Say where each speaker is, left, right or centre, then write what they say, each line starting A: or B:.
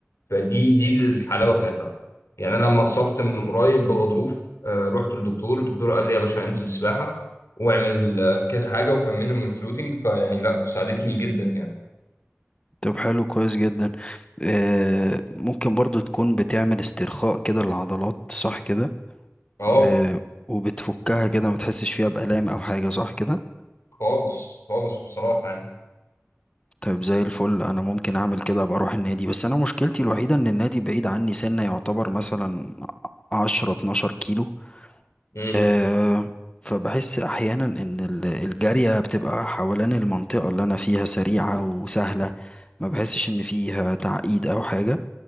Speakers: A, on the left; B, on the left.
A: فدي دي الحلاوه بتاعتها يعني انا لما اتصبت من قريب بغضروف آه، رحت للدكتور الدكتور قال لي يا باشا انزل سباحه واعمل آه، كذا حاجه وكملنا من الفلوتنج فيعني لا ساعدتني جدا يعني
B: طب حلو كويس جدا آه ممكن برضو تكون بتعمل استرخاء كده للعضلات صح كده
A: اه
B: آه وبتفكها كده ما تحسش فيها بآلام او حاجة صح كده
A: خالص خالص بصراحه يعني
B: طيب زي الفل انا ممكن اعمل كده ابقى اروح النادي بس انا مشكلتي الوحيده ان النادي بعيد عني سنه يعتبر مثلا 10 12 كيلو
A: امم
B: أه فبحس احيانا ان ال- الجاريه بتبقى حوالين المنطقه اللي انا فيها سريعه وسهله ما بحسش ان فيها تعقيد او حاجه